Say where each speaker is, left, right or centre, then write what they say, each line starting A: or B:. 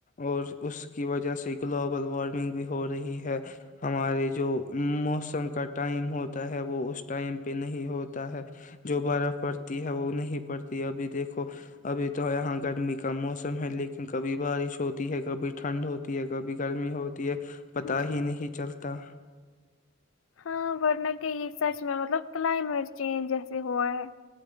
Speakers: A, on the left; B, on the left.
A: اور اس کی وجہ سے گلوبل وارمنگ بھی ہو رہی ہے ہمارے جو موسم کا ٹائم ہوتا ہے وہ اس ٹائم نہیں ہوتا ہے جو برف پڑتی ہے وہ نہیں پڑتی ابھی دیکھو ابھی تو یہاں گرمی کا موسم ہے لیکن کبھی بارش ہوتی ہے کبھی ٹھنڈ ہوتی ہے کبھی گرمی ہوتی یہ پتا
B: جی
A: ہی نہیں چلتا کتا
B: ہاں ورنہ کے یہ سچ میں مطلب کلائمیٹ چینج جیسے ہوا ہے